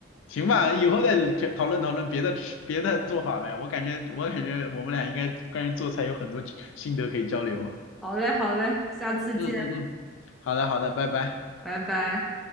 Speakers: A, on the left; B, in the centre.
A: 行吧，以后再讨讨论讨论别的吃别的做法呗。我感觉我感觉我们俩应该关于做菜有很多心得可以交流。
B: 好嘞，好嘞，下次见，
A: 嗯嗯嗯，好的好的，拜拜。
B: 拜拜。